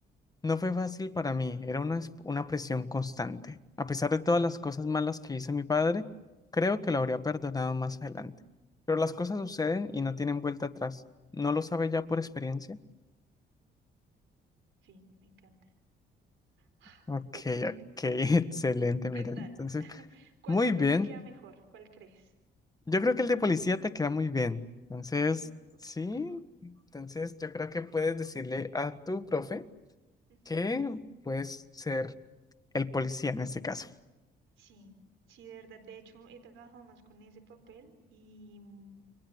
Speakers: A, on the left; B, on the right.
A: No fue fácil para mí, era una, es- una presión constante. A pesar de todas las cosas malas que hizo mi padre, creo que lo habría perdonado más adelante. Pero las cosas suceden y no tienen vuelta atrás. ¿No lo sabe ya por experiencia?
B: Fin, me encanta. <sighs>
A: Ok,
B: Perfecto.
A: ok, <laughs> excelente, miren.
B: ¿Qué tal?
A: Entonces,
B: ¿Cuál
A: muy
B: papel
A: bien.
B: me queda mejor? ¿Cuál crees?
A: Yo creo que el de policía te queda muy bien. Entonces,
B: ¿Sí? Ok,
A: sí.
B: ok.
A: Entonces, yo creo que puedes decirle a tu profe
B: Ujú.
A: que puedes ser el policía en este caso.
B: Sí, sí, de verdad. De hecho, he trabajado más con ese papel y mm,